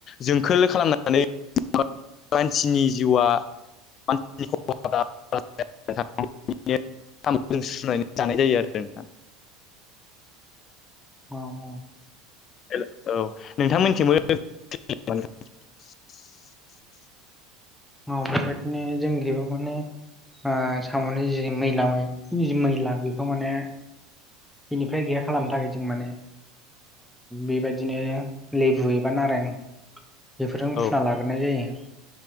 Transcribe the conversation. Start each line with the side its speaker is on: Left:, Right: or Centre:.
Left: जोंखोल खालामनानै <unintelligible> मानसिनि जिउआ <unintelligible> साम'जों सुनानै जानाय जायो आरो नोंथां ।
Centre: औ औ।
Left: हेलौ । औ नोंथां मोननिथिंबो <unintelligible>
Centre: औ बेबायदिनो जोंखैबो माने आं साम'नि जि मैला जि मैला बेखौ माने बिनिफ्राय गैया खालामनो थाखाय जों माने बेबायदिनो लेबु एबा नारें बेफोरजों
Left: औ
Centre: फुना लाग्रोनाय जायो।